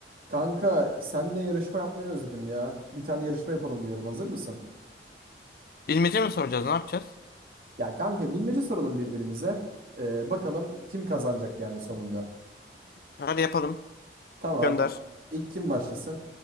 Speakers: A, on the right; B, on the left.
A: Kanka senle yarışma yapmayı özledim ya. Bir tane yarışma yapalım diyorum. Hazır mısın?
B: Bilmece mi soracağız? Ne yapacağız?
A: Ya kanka bilmece soralım birbirimize. Ee, bakalım kim kazanacak yani sonunda.
B: Hadi yapalım.
A: Tamam.
B: Gönder.
A: İlk kim başlasın?